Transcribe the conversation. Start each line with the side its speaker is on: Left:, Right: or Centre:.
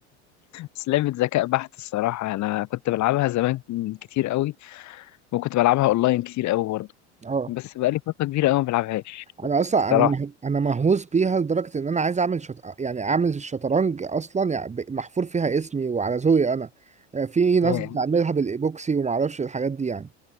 Left: بس لعبة ذكاء بحت الصراحة أنا كنت بلعبها زمان كتير قوي وكنت بلعبها أونلاين كتير قوي برضه
Right: اه
Left: بس بقالي فترة كبيرة قوي ما بلعبهاش
Right: انا اصلا
Left: الصراحة
Right: انا مه... انا مهووس بيها لدرجه ان انا عايز اعمل شط... يعني اعمل الشطرنج اصلا يعني ب- محفور فيها اسمي وعلى ذوقي انا آه، في ناس
Left: ياه
Right: بتعملها بالايبوكسي وما اعرفش الحاجات دي يعني